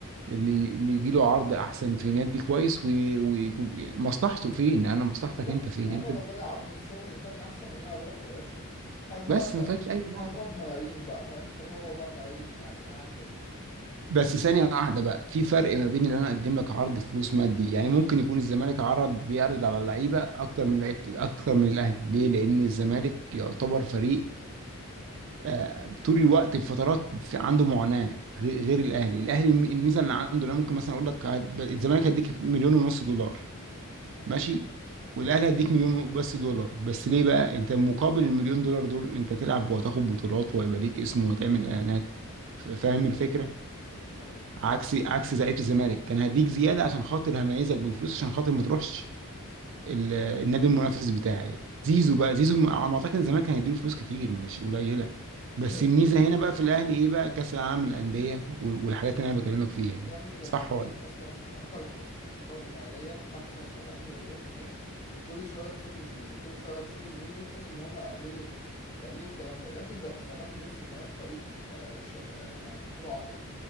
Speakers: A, on the right; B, on the left.
A: اللي اللي يجي له عرض احسن في نادي كويس ومصلحته فين انا مصلحتك
B: بالظبط
A: انت فين
B: انا
A: انت
B: لو جالي عرض في شغل تاني احسن من ان انا اروح يا باشا خد بقى
A: بس ما فيهاش اي لعب
B: خد هو بملايين بقى فاهم خد هو بقى بملايين يعني هعمل ايه
A: بس ثانيه واحده بقى في فرق ما بين اللي انا اقدم لك عرض فلوس مادي يعني ممكن يكون الزمالك عرض بيعرض على اللعيبه اكتر من لعيبه اكتر من الاهلي ليه لان الزمالك يعتبر فريق آه، طول الوقت في فترات في عنده معاناه غي- غير الاهلي الاهلي الم- الميزه اللي عنده انا ممكن مثلا اقول لك هد- الزمالك هيديك مليون ونص دولار
B: اه
A: ماشي والاهلي هيديك مليون بس دولار بس ليه بقى انت مقابل المليون دولار دول انت تلعب وهتاخد بطولات وهيبقى ليك اسم وهتعمل اعلانات ف- فاهم
B: بالظبط
A: الفكره
B: دي حقيقة
A: عكسي عكس زعيمه الزمالك كان هديك زياده عشان خاطر هميزك بالفلوس عشان خاطر ما تروحش ال- النادي المنافس بتاعي زيزو بقى زيزو على ما اعتقد الزمالك كان هيديله فلوس كتير مش قليله بس
B: <laughs>
A: الميزه هنا بقى في الاهلي ايه بقى كاس العالم للانديه وال- والحاجات اللي انا بكلمك فيها دي
B: يا ابني ده
A: صح
B: الزمالك
A: ولا
B: أصلا اتأخر بمستحقات مالية بخمسة وسبعين مليون جنيه وكل شوية يخصموا لزيزو وكل شوية يخصموا لزيزو بحيث إن هما يقللوا يقللوا الكلام ده يا ابني ده الزمالك بص الزمالك فريق آه، ش- آه، يعني جمهوره عاطفي